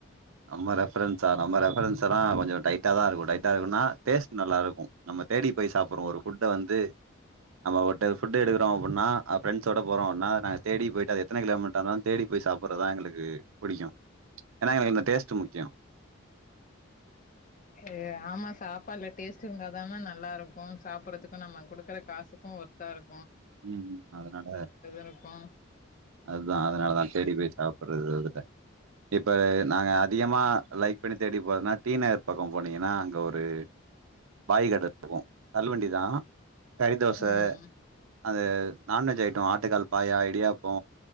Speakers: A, on the right; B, on the left.
A: நம்ம ரெஃபரன்ஸா நம்ம ரெஃபரன்ஸ்ஸெலா கொஞ்சோ ட்டா தா இருக்கு டைட்டா இருக்குன்னா டேஸ்ட் நல்லாருக்கு நம்ம தேடி போய் சாப்புட்றோம் ஒரு தேடி போய் சாப்புண்ணு ஒரு ஃபுட்ட வந்து நம்ம ஒரு டைம் ஃபுட்ட எடுக்கிறோ அப்புன்னா ஆ ஃப்ரெண்ட்ஸ்சோட போறோ அவனா நாங்க தேடி போயிட்டு அது எத்தன கிலோமீட்டானாலு தேடி போய் சாப்புட்றதா எங்குளுக்கு புடிக்கோ ச்ச ஏனா எங்குளுக் இந்த டேஸ்ட்டு முக்கியு
B: ஏ ஆமா சாப் பா அத்ல டேஸ்ட்டு இருந்தாதான நல்லாருக்கோ சாப்புட்றதுக்கோ நம்ம குடுக்கற காசுக்கோ ஒர்த்தா இரு
A: உம் அதனால
B: இருக்கு
A: அதுதா அதனாலதா தேடி போய் சாப்புட்றது இதுட இப்பர நாங்க அதிகமா லைக் பண்ணி தேடி போறதுன்னா டீ நகர் பக்கம் போனீங்கன்னா அங்க ஒரு பாய்கட இட்போ தள்வண்டிதா கறி தோச
B: ம்
A: அது நான்வெஜ் ஐட்டோ ஆட்டுக்கால் பாயா இடியாப்போ